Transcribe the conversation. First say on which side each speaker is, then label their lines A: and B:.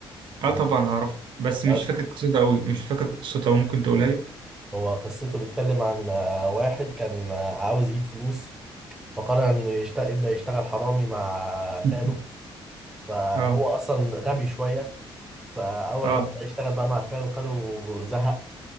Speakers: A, on the right (about 60°); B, in the centre.
A: اه
B: آه،
A: طبعا اعرف بس مش
B: آه،
A: فاكر قصته قوي مش فاكر قصته أوي. ممكن تقولها لي
B: هو قصته بيتكلم عن آه، واحد كان آه، عاوز يجيب فلوس فقرر انه يشت... يبدا يشتغل حرامي مع خاله
A: <laughs>
B: فهو
A: اه
B: اصلا غبي شويه فاول
A: اه
B: ما بدا يشتغل بقى مع خاله خاله زهق